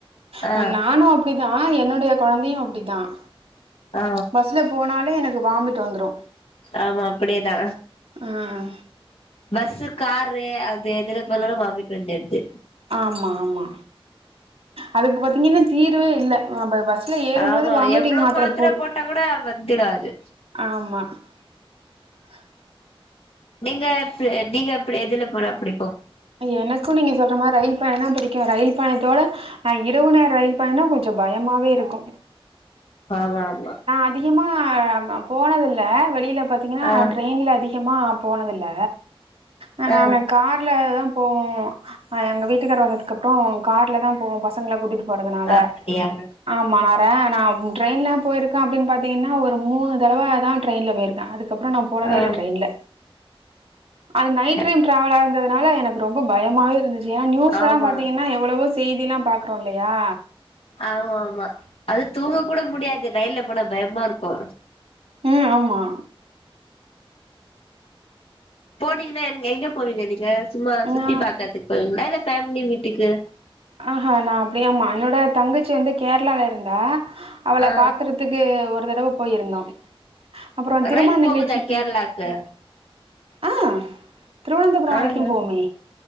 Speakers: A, on the left (about 75°); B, on the right (about 80°).
A: ஆ
B: ஹா நானும் அப்டிதான் என்னோட என்னோட கொலந்தையும் அப்டித்தான்
A: ஆ
B: பஸ்ல போனாலே எனக்கு வாமிட் வந்துரும்
A: ஆமா அப்டியேதா
B: ம்
A: பஸ் காரு அது எதுல போலும் வாமிட் வந்துடுது
B: ஆமா-ஆமா அதுக்கு பாத்தீங்கன்னா தீர்வே இல்ல ஏறும்போது
A: ஆமா
B: வாமிட்டிங்
A: எவ்ளவு மாத்திர
B: போட்
A: போட்டா கூட வந்துடும் அது
B: ஆமா <inaudible>
A: நீங்க சே நீங்க எப்டி எதுல போறா அப்டி
B: எனக்கு நீங்க சொல்றமா ரயில் பயணம் பிடிக் கு ரயில் பயணத்தோட அ இரவு நேர ரயில் பயணொ கொஞ் ச பயமாவே இருக்கு
A: வா வா வா
B: அதிகமா மா நா போனதில்ல வெளில பாத்தீங்கனா
A: ஆ
B: டிரெயின்ல அதி கமா போனதில்ல அ நாங்க
A: ஆ
B: கார்லதா போவோ அ எங்க வீட்டுக்கார் வந்ததுக்கப்றொ கார்ல தா போவோ பசங்கள கூட்டிட்டு போறதுனால
A: அப்டியா
B: ஆமா நர நா யா போயிருக்க அப்டின் பாத்தீங்கன்னா ஒரு மூணு தடவ தா ட்ரெயின்ல போயிருக்கே அதுக் அப்றோ நா போனதே
A: ஆ
B: இல்ல ட்ரெயின்ல அது நைட்
A: ஆமா
B: டைம் டிராவலா இருந்தத னால எனக்கு ரொம்ப பயமாவே இருந்து யே நியூஸ்லாம்
A: ஆமா
B: பாத்தீங்கன்னா எவ்வளவோ செய்திலா பாக்குறோல் லயா
A: ஆமா மா அது தூங்க கூட முடியாது ரயில்ல போனா பயமாருக்கு
B: ம் ஆமா
A: போனீங்னா என் எங்க போவீங்க நீங்க? சும்மா சுத்தி
B: நா
A: பாக்கற்துக் போவீங்ளா இல்ல ஃபேமிலி வீட்டுக்கு
B: ஆஹா நா அப்டியம்மா என்னோட தங்கச்சி வந்து கேரளால இருந்தா அவள
A: ஆ
B: பாக்குறத்துக்கு ஒ ரு தடவ போயிருந்தோ அப்புறொ திருமண
A: ரயில்
B: நிகழ்ச்சிக்கி
A: போகுதா கேரளாக்கு
B: ஆ திருவனந்தபுரம்
A: ஆஹ
B: வரைக்கு போவுமே